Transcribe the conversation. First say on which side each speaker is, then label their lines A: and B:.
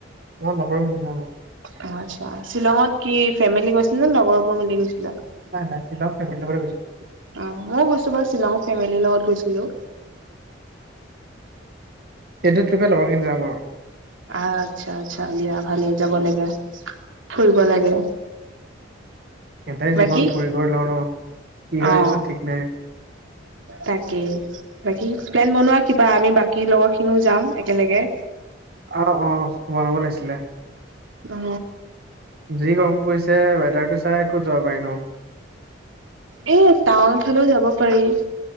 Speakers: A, on the right; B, on the right.
A: অ লগৰবোৰ যাম
B: অ আচ্ছা শ্বিলঙত কি ফেমেলি গৈছিলা নে লগৰবোৰ মিলি গৈছিলা
A: নাই নাই শ্বিলং ফেমেলিৰ লগত গৈছিলো
B: অ মইও গৈছো বাৰু শ্বিলং ফেমেলিৰ লগত গৈছিলো
A: এইটো টিপত লগৰখিনি যাম আৰু
B: আচ্ছা আচ্ছা আচ্ছা দিয়া ভালে যাব লাগে ফুৰিব লাগে <inaudible>
A: এটাই
B: বাকী
A: জীৱন ফুৰি কৰি লওঁ ন কি হয়
B: অ
A: পিছত ঠিক নাই
B: তাকে বাকী প্লেন বনোৱা কিবা আমি বাকী লগৰ খিনিও যাম একেলগে
A: অ অ বনাব লাগিছিলে
B: অ
A: যি গৰম পৰিছে ৱেডাৰ টো চাই কত যাব পাৰি নো
B: এ টাউন ফালেও যাব পাৰি